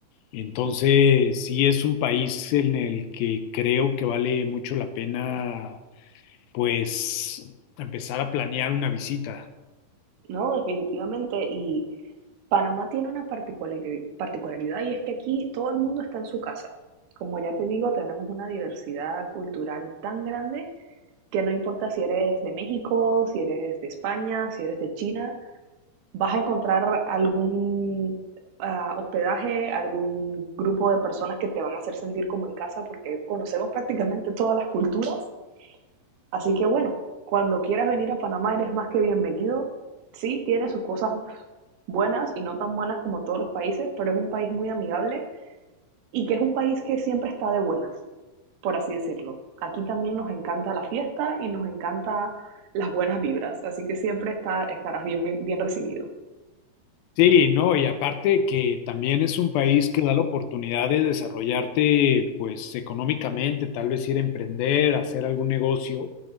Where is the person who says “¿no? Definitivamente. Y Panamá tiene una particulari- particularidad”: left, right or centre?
Right